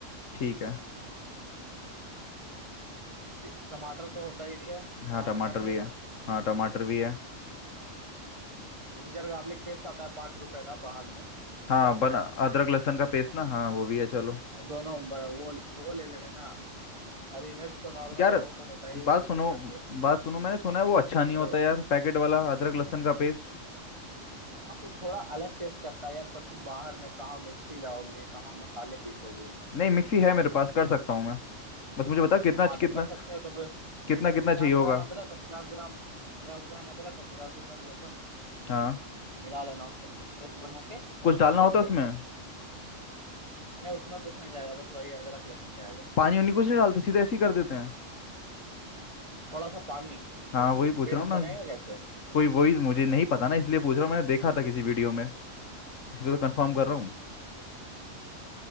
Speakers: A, on the left; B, on the right.
A: ठीक है
B: पे- टमाटर तो होता ही है
A: हाँ
B: टमाटर
A: टमाटर
B: रख
A: भी
B: लेना
A: है हाँ टमाटर भी है
B: जिंजर गार्लिक पेस्ट आता है पांच रुपए का बाहर में
A: हाँ
B: दुकान
A: बना
B: पे
A: अदरक लहसुन का पेस्ट ना हाँ वो भी है चलो
B: और दोनों ब- वो वो ले लेना हरी मिर्च तो नॉर्मल
A: यार
B: है वो तो होता ही है
A: बात
B: सबके
A: सुनो
B: घर पे
A: बात सुनो मैंने सुना है वो अच्छा नहीं
B: बोले
A: होता
B: वो
A: यार पैकेट वाला अदरक लहसुन का पेस्ट
B: हाँ वो थोड़ा अलग टेस्ट करता है यार पर तुम बाहर में कहाँ मिक्सी लाओगे कहाँ मसाले पीसोगे
A: नहीं मिक्सी है मेरे पास कर सकता हूँ मैं बस मुझे बता कितना
B: हाँ
A: कितना
B: तो कर सकते हो तो फिर
A: कितना
B: फिर
A: कितना
B: पचास
A: चाहिए होगा
B: ग्राम अदरक और पचास ग्राम पचास ग्राम अदरक और पचास ग्राम लहसुन
A: हाँ
B: मिला लेना उसको पेस्ट बना के
A: कुछ डालना होता
B: रख लेना
A: है उसमें
B: नहीं उसमें कुछ नहीं जाएगा बस वही अदरक लहसुन जाएगा
A: पानी उनी कुछ नहीं डालते सीधे ऐसे ही कर देते हैं
B: थोड़ा सा पानी
A: हाँ
B: वो
A: वही पूछ
B: पेस्ट
A: रहा हूँ ना
B: बनेगा कैसे
A: कोई वही मुझे नहीं पता ना इसलिए पूछ रहा हूँ मैंने देखा था किसी वीडियो में इसलिए तो कंफर्म कर रहा हूँ